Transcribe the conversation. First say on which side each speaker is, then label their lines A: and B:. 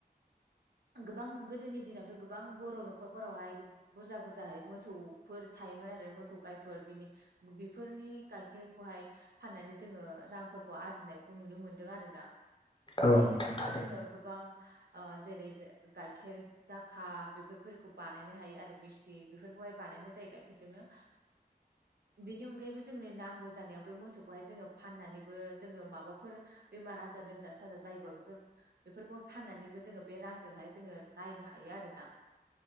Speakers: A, on the right; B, on the left.
A: गोबां गोदोनि दिनावथ' गोबां बर' न'खर फोरावहाय बुरजा बुरजाहाय मोसौफोर थायोमोन आरो मोसौ गायफोर बिनि बेफोरनि गाइखेरखौहाय फाननानै जोङो रांफोरखौ आरजिनायखौ नुनो मोनदों आरोना बे
B: औ
A: गाइखेरजोंनो
B: नोंथां थारैनो
A: जोङो गोबां जेरै गाइखेर दाखा बेफोरखौ बानायनो हायो आरो मिस्थि बेफोरखौहाय बानायनाय जायो गाइखेरजोंनो बेनि अनगायैबो जोंनो नांगौ जानायाव बे मोसौखौहाय जोङो फाननानैबो जोङो माबाफोर बेमार आजार लोमजा साजा जायोबा बेफोर बेफोरखौ फाननानैबो जोङो बे रांजोंहाय जोङो नायनो हायो आरोना